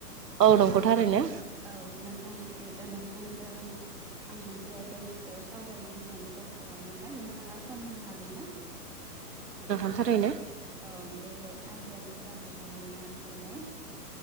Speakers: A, on the right; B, in the centre.
A: नंगौ
B: औ नोंथांनिसो
A: थारैनो
B: नोंथांजों आं मोनसे आयदानि सायाव सावरायनो होननानै कल खालामदोंमोन नों नोंथाङा सम होनो हागोन ना? औ
A: खारैनो
B: औ बे आयदायानो जाहैबाय ना गुरनाय